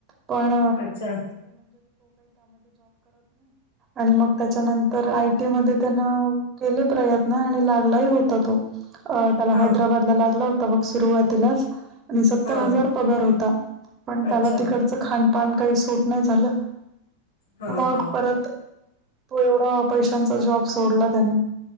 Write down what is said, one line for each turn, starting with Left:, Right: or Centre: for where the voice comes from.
Right: पण
Left: अच्छा
Right: आणि मग त्याच्यानंतर आयटी मध्ये त्यांना केले प्रयत्न आणि लागलाही होता तो त्याला
Left: हा
Right: हैदराबाद हेला लागला होता बग सुरुवातीलाच सत्तर
Left: हा
Right: हजार
Left: हा.
Right: पगार होता पण
Left: अच्छा
Right: त्याला तीकडंच खानपान काही सूट नाही झालं
Left: हा
Right: मग
Left: हा
Right: परत तो एवढा पैशांचा जॉब सोडला त्याने